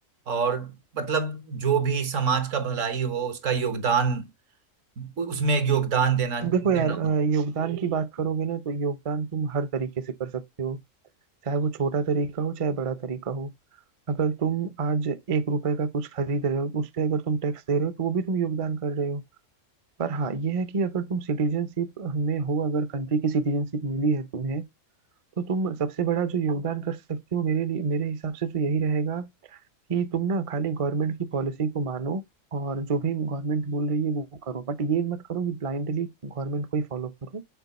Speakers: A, on the right; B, on the right.
A: और मतलब जो भी समाज का भलाई हो उसका योगदान उ- उसमें एक योगदान देना
B: अब देखो यार
A: देना
B: अ,
A: हो
B: योगदान की बात करोगे ना तो योगदान तुम हर तरीके से कर सकते हो चाहे वो छोटा तरीका हो चाहे बड़ा तरीका हो अगर तुम आज एक रुपए का कुछ खरीद रहे हो तो उस पे अगर तुम टैक्स दे रहे हो तो वो भी तुम योगदान कर रहे हो पर हाँ ये है कि अगर तुम सिटीजनशिप में हो अगर कंट्री की सिटीजनशिप मिली है तुम्हें तो तुम सबसे बड़ा जो योगदान कर सकते हो मेरे लिए मेरे हिसाब से तो यही रहेगा कि तुम ना खाली गवर्नमेंट की पॉलिसी को मानो और जो भी गवर्नमेंट बोल रही है वो करो बट ये मत करो कि ब्लाइंडली गवर्नमेंट को ही फॉलो करो